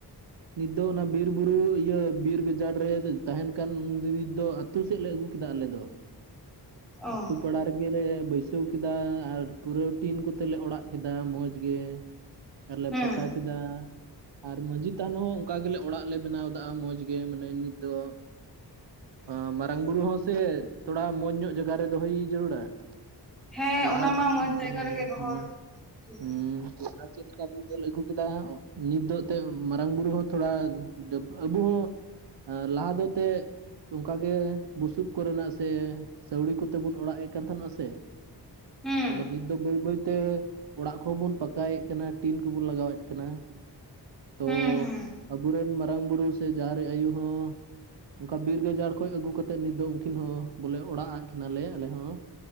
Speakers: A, on the right; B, in the centre.
A: ᱱᱤᱛ ᱫᱚ ᱚᱱᱟ ᱵᱤᱨ ᱵᱩᱨᱩ ᱤᱭᱟᱹ, ᱵᱤᱨ ᱜᱟᱡᱟᱲ ᱨᱮ ᱛᱟᱦᱮᱸᱱ ᱠᱟᱱ ᱱᱤᱛ ᱫᱚ ᱟᱛᱩ ᱥᱮᱫ ᱞᱮ ᱟᱜᱩ ᱠᱮᱫᱟ ᱟᱞᱮ ᱫᱚ᱾
B: ᱚ
A: ᱟᱛᱩ ᱯᱟᱲᱟ ᱨᱮ ᱜᱮᱞᱮ ᱵᱟᱹᱭᱥᱟᱹᱣ ᱠᱮᱫᱟ ᱟᱨ ᱯᱩᱨᱟᱹ ᱴᱤᱱ ᱠᱚᱛᱮ ᱞᱮ ᱚᱲᱟᱜ ᱠᱮᱫᱟ ᱢᱚᱡᱽ ᱜᱮ᱾ ᱟᱨ ᱮᱞ
B: ᱦᱮᱸ
A: ᱯᱟᱛᱟᱣ ᱠᱮᱫᱟ᱾ ᱟᱨ ᱢᱟᱺᱡᱷᱤ ᱛᱷᱟᱱ ᱦᱚᱸ ᱚᱝᱠᱟ ᱜᱮᱞᱮ ᱚᱲᱟᱜ ᱞᱮ ᱵᱮᱱᱟᱣᱫᱟ ᱢᱚᱸᱡᱽ ᱜᱮ ᱢᱟᱱᱮ ᱱᱤᱛ ᱫᱚ, ᱟᱸ ᱢᱟᱨᱟᱝ ᱵᱩᱨᱩ ᱦᱚᱸ ᱥᱮ ᱛᱷᱚᱲᱟ ᱢᱚᱸᱡᱽ ᱧᱚᱜ ᱡᱟᱭᱜᱟ ᱨᱮ ᱫᱚᱦᱚᱭ ᱡᱟᱹᱨᱩᱲᱟ᱾ <unintelligible>
B: ᱦᱮᱸ ᱚᱱᱟ ᱢᱟ ᱢᱚᱸᱡᱽ ᱡᱟᱭᱜᱟ ᱨᱮᱜᱮ ᱫᱚᱦᱚ
A: ᱦᱩᱸ,
B: ᱞᱟᱹᱠᱛᱤ
A: ᱦᱩᱸ
B: ᱜᱮ᱾
A: <inaudible> ᱪᱮᱫ ᱞᱮᱠᱟ ᱵᱚᱱ ᱧᱮᱞ ᱟᱹᱜᱩ ᱠᱮᱫᱟ, <unintelligible> ᱢᱟᱨᱟᱝ ᱵᱩᱨᱩ ᱦᱚᱸ ᱛᱷᱚᱲᱟ, ᱟᱵᱩ ᱦᱚᱸ ᱟᱸ ᱞᱟᱦᱟ ᱫᱚ ᱛᱮ, ᱛᱚ ᱚᱝᱠᱟ ᱜᱮ ᱵᱩᱥᱩᱵ ᱠᱚ ᱨᱮᱱᱟᱜ ᱥᱮ ᱥᱟᱹᱣᱲᱤ ᱠᱚ ᱛᱮᱵᱚᱱ ᱚᱲᱟᱜ ᱮᱜ ᱠᱟᱱ ᱛᱟᱦᱮᱸᱱᱟ ᱥᱮ,
B: ᱦᱩᱸ
A: ᱟᱫᱚ ᱱᱤᱛ ᱫᱚ ᱵᱟᱹᱭ ᱵᱟᱹᱭᱛᱮ ᱚᱲᱟᱜ ᱠᱚᱦᱚᱸ ᱵᱚᱱ ᱯᱟᱠᱟᱭᱮᱜ ᱠᱟᱱᱟ, ᱴᱤᱱ ᱠᱚᱵᱚᱱ ᱞᱟᱜᱟᱣᱮᱫ ᱠᱟᱱᱟ, ᱛᱚ
B: ᱦᱩᱸ ᱦᱩᱸ
A: ᱟᱵᱚ ᱨᱮᱱ ᱢᱟᱨᱟᱝ ᱵᱩᱨᱩ ᱥᱮ ᱡᱟᱦᱮᱨ ᱟᱭᱳ ᱦᱚᱸ ᱚᱝᱠᱟ ᱵᱤᱨ ᱜᱟᱡᱟᱲ ᱠᱷᱚᱡ ᱟᱹᱜᱩ ᱠᱟᱛᱮᱫ ᱱᱤᱛ ᱫᱚ ᱩᱱᱠᱤᱱ ᱦᱚᱸ ᱵᱚᱞᱮ ᱚᱲᱟᱜ ᱠᱤᱱᱟ ᱞᱮ ᱟᱞᱮ ᱦᱚᱸ